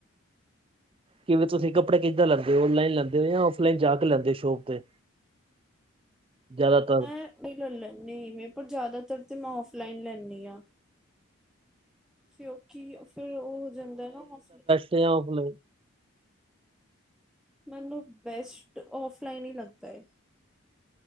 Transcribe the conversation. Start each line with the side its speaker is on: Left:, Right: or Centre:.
Right: ਕਿਵੇਂ ਤੁਸੀਂ ਕੱਪੜੇ ਕਿੱਦਾਂ ਲੈਂਦੇ ਹੋ ਔਨਲਾਈਨ ਲੈਂਦੇ ਜਾਂ ਔਫਲਾਈਨ ਜਾ ਕੇ ਲੈਂਦੇ ਹੋ ਸ਼ੋਪ ਤੇ ਜ਼ਿਆਦਾਤਰ
Centre: ਮੈਂ ਉ ਲੈ ਲੈਂਣੀ ਮੈਂ ਪਰ ਜਾਦਾਤਰ ਤੇ ਮੈਂ ਔਫਲਾਈਨ ਲੈਂਣੀ ਆਂ। ਕਿਉਂਕਿ ਫਿਰ ਓ ਹੋ ਜਾਂਦਾ ਨਾ ਮਸ
Right: ਤੇ ਔਫਲਾਈਨ
Centre: ਮੈਨੂੰ ਬੈਸਟ ਔਫਲਾਈਨ ਈ ਲੱਗਦਾ ਏ।